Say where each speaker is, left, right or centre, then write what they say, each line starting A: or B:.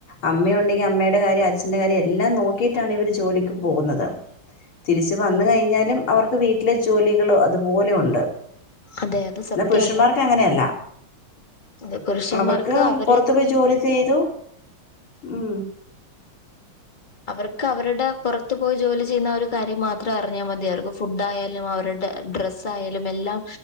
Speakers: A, on the left (about 75°); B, on the left (about 25°).
A: അമ്മയൊണ്ടെങ്കി അമ്മേടെ കാര്യം അച്ഛൻ്റെ കാര്യം എല്ലാം നോക്കിട്ടാണ് ഇവര് ജോലിക്ക് പോവുന്നത് തിരിച്ച് വന്ന് കഴിഞ്ഞാലും അവർക്ക് വീട്ടിലെ ജോലികള് അതുപോലെ ഇണ്ട്.
B: അതെ അത്
A: ഇന്നാ
B: സത്യാണ്
A: പുരുഷന്മാർക്ക് അങ്ങനെയല്ലാ
B: അത് പുരുഷന്മാർക്ക്
A: അവർക്ക്
B: അവര്
A: പൊറത്ത് പോയി ജോലി ചെയ്തു ഉം
B: അവർക്ക് അവര്ടെ പൊറത്ത് പോയി ജോലി ചെയ്യുന്ന ആ ഒരു കാര്യം മാത്രം അറിഞ്ഞാമതി അവർക്ക് ഫുഡായാലും അവരുട ഡ്രസ് സ്സായലും എല്ലാം